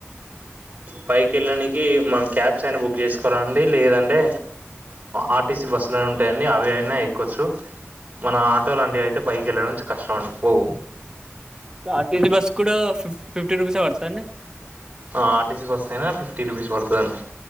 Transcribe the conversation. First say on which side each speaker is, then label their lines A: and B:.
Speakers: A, on the right; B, on the right.
A: పైకి వెళ్ళడానికి మనం క్యాబ్స్ అయినా బుక్ చేసుకోవాలండి లేదంటే ఆర్టీసీ బస్సులు ఉంటాయంండి అవి అయినా ఎక్కవచ్చు మన ఆటో లాంటివి అయితే పైకి వెళ్ళడంంచి కష్టం అండి పో
B: ఆర్టీజీ బస్ కూడా ఫిఫ ఫిఫ్టీ రూపీస్ అ పడుతుందిండి
A: ఆర్టీసీకి వస్తాయినా ఫిఫ్టీ రూపీస్ పడుతుందండి